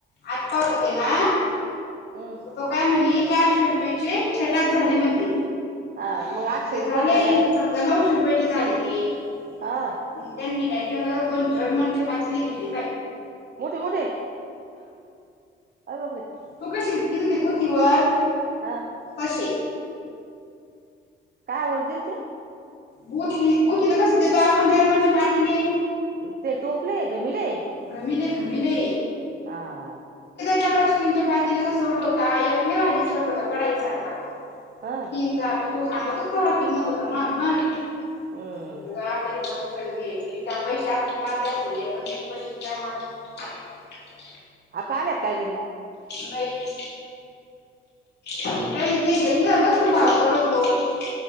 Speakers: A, on the left (about 60°); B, on the right (about 50°).
A: आटपट होतेना.
B: हम्
A: तो काय म्हणे चारशे रुपयचे छटाक झाले म्हणते
B: हा मग आठशे
A: ते
B: रुपयेच
A: झाले
B: असेल
A: समजा नऊशे रुपयचे झाले. ते
B: हा
A: त्यांनी काही त्यावर मला दोन जर्मण ची पातेली घेतली.
B: मोठे मोठे अरे बापरे!
A: तू कशी दिल ती पोथीवर
B: हा
A: पशीे
B: काय वरदिलत
A: गोथली गोथलीला कस देतोय आपण जरमंची पातीली,
B: ते टोपले घमीले
A: घमिले घमिले
B: हा आ
A: त्याच्याकड स्टीलच्या पातील्याचा सट होता एक लई भारी सट होता कडाईसारखा
B: ह
A: तीन चारण तो सांगतच. सोडा की नको तर <unintelligible> म्हलं <unintelligible>
B: हम्म
A: बसच घ्यायचं हुई. त्या पैशा असत्यातर मारल्या असत्या उड्या पण नई पैशे कुठं हाय मायाकड
B: अ का आल्या काय घरी
A: न्हाई. त्यांनी ते घेत <unintelligible>